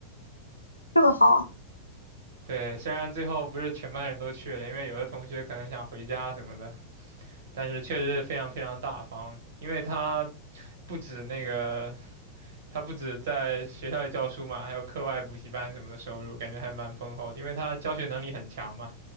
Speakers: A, on the left; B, on the right.
A: 这么好。
B: 对，虽然最后不是全班人都去了，因为有的同学可能想回家什么的，但是确实非常非常大方，因为他不止那个，他不止在学校里教书嘛，还有课外补习班什么的收入，感觉还蛮丰厚的，因为他教学能力很强嘛，